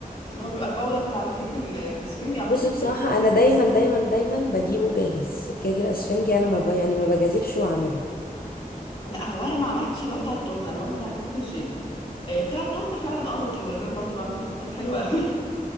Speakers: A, on the left; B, on the left.
A: اللي هو بيبقى الباودر بتاع الكيك ال- الاسفنجي على
B: بصي
A: طول وبيخلص
B: بصراحه انا دايما دايما دايما بجيبه جاهز الكيك الاسفنجي انا ما ب... يعني ما بجازفش واعمله
A: لا هو انا ما عملتش اللي هو بتاع التورته انا بعمل بتاع كيكه الجيلي آه، بتاع التورته فعلا اه بجيبه لان انا برضو بعمل تورتات حلوه قوي